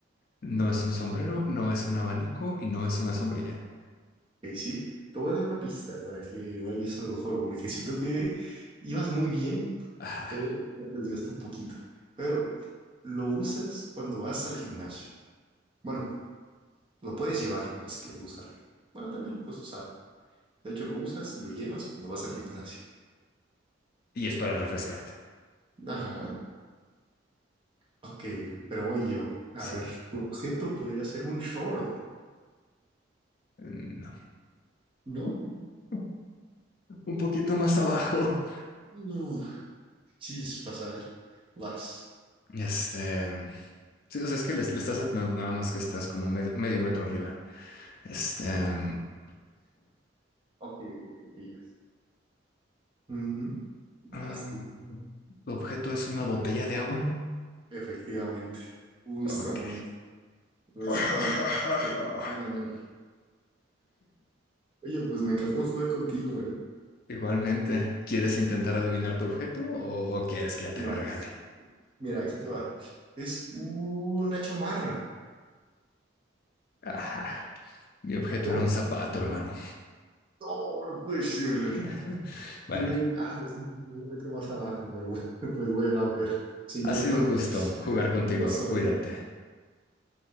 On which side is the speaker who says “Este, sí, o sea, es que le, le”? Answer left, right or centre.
Left